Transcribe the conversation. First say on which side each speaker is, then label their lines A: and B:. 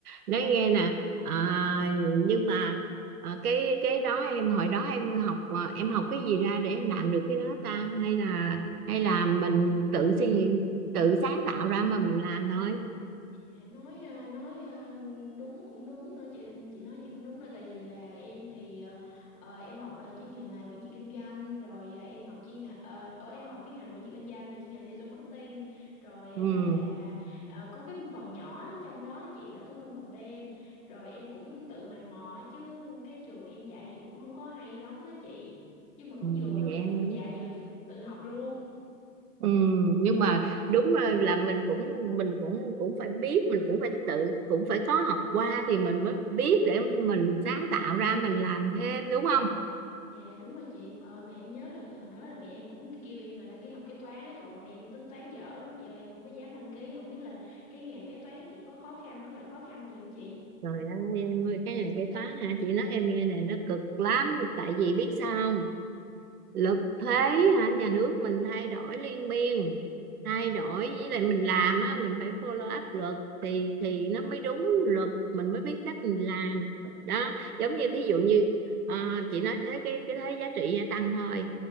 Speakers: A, on the right; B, on the left.
A: Nói nghe nè. À, nhưng mà à, cái cái đó em hồi đó em học à, em học cái gì ra để em làm được cái đó ta hay là hay là mình tự suy nghĩ tự sáng tạo ra mà mình làm thôi.
B: Dạ, nói ờ, nói ờ, đúng cũng đúng nữa chị chị nói gì cũng đúng nữa tại vì là em thì ờ, ờ, em học ờ, chuyên ngành là quản trị kinh doanh rồi ờ, em học chuyên ngành ờ, ở em học cái ngành quản trị kinh doanh rồi chuyên ngành digital marketing rồi
A: Ừ.
B: á là ờ, có cái phần nhỏ ở trong đó chị là có môn content rồi em cũng tự mày mò á, chứ cái trường em dạy thì cũng không có hay lắm á chị nhưng mà cũng
A: Ừ,
B: vừa
A: vậy.
B: là
A: ha.
B: trường dạy vừa trường tự học luôn
A: Ừ, nhưng mà đúng là, là mình cũng mình cũng cũng phải biết mình cũng phải tự cũng phải có học qua thì mình mới biết để mình sáng tạo ra mình làm thêm đúng không?
B: Dạ đúng rồi chị ờ, mà em nhớ là hồi đó là mẹ em cũng kêu em là đăng ký học kế toán á trời ơi, mẹ em tính toán dở lắm chị ơi em không có dám đăng ký không biết là cái nghề kế toán của chị có khó khăn có gặp khó khăn gì không chị
A: Trời ơi em ơi cái này cái toán hả chị nói em nghe này nó cực lắm tại vì biết sao không lực thuế hả nhà nước mình thay đổi liên miên thay đổi với lại mình làm á mình phải follow up luật thì thì nó mới đúng luật mình mới biết cách mình làm đó giống như thí dụ như ờ, chị nói thế cái cái thuế giá trị gia tăng thôi